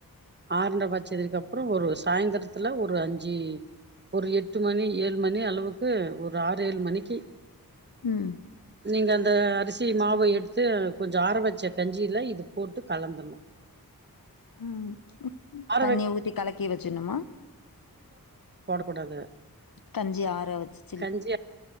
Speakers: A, on the right; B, on the left.
A: ஆரண்ட பட்சதுக்கு அப்புறோ ஒரு சாயந்திரத்துல ஒரு அஞ்சு ஒரு எட்டு மணி ஏழு மணி அளவுக்கு ஒரு ஒரு ஆறு ஏழு மணிக்கு
B: ம்
A: நீங்க அந்த அரிசி மாவ எடுத்து கொஞ்சோ ஆற வச்ச கஞ்சியில இது போட்டு கலந்துணு
B: ம் தண்ணி
A: வைக்க
B: ஊத்தி கலக்கி வச்சுனுமா
A: கூடாது
B: கஞ்சி ஆறவச்சு
A: கஞ்சி